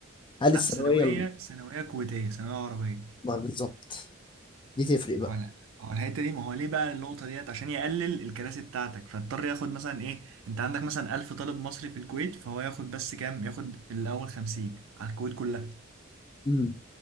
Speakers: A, on the left; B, on the right.
A: هل
B: لا
A: الثانويه
B: ثانوية
A: ال-
B: ثانوية كويتية ثانوية عربية
A: ما بالظبط دي تفرق بقى
B: هو لا هو الحتة دي ما هو ليه بقى النقطة ديت عشان يقلل الكراسي بتاعتك فاضطر ياخد مثلا ايه انت عندك مثلا 1000 طالب مصري في الكويت فهو ياخد بس كام ياخد الأول 50 على الكويت كلها
A: امم